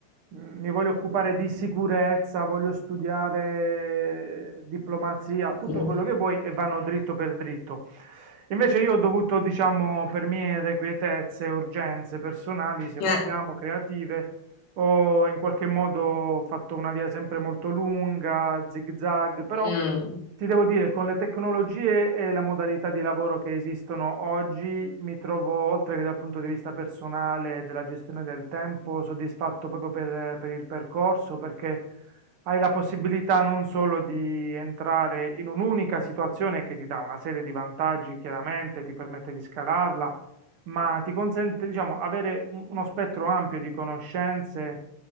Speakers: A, on the right (about 50°); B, on the left (about 75°).
A: mi voglio occupare di sicurezza, voglio studiare diplomazia, tutto
B: Mm.
A: quello che vuoi e vanno dritto per dritto. Invece io ho dovuto, diciamo, per mie irrequietezze, urgenze personali, se
B: Eh,
A: vogliamo, creative, ho in qualche modo fatto una via sempre molto lunga, zig zag, però
B: mm.
A: ti devo dire, con le tecnologie e la modalità di lavoro che esistono oggi, mi trovo, oltre che dal punto di vista personale e della gestione del tempo, soddisfatto proprio per, per il percorso, perché hai la possibilità non solo di entrare in un'unica situazione che ti dà una serie di vantaggi, chiaramente, ti permette di scalarla, ma ti consente, diciamo, avere un- uno spettro ampio di conoscenze